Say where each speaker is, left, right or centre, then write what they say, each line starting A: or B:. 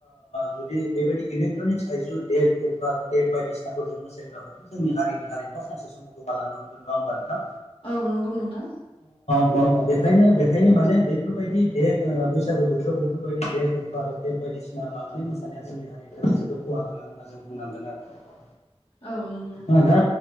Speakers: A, on the left; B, on the left.
A: जुदि बेबायदि इलेक्ट्रनिक्स आयजु देक अभार तेप बायदिसिनाखौ जों मोसायोब्ला हय' जोंनिारिनिारिमुव सानसे समाव गोमालांनो हगोन नङा होनबाोंथां
B: औ नंगौ नोंदां
A: माव बेखायनो बेखायनो माने बेफोरबायदि देग बैसागो बोथोराव बेफोरबायदि देग गुफार बे बायदिसिना लानानै मोसानाया जोंनि हारिनि थाखाय जोबोद खहा गोनां होनना जों बुंनांगोन आरो
B: औ नंगौ
A: ओ दा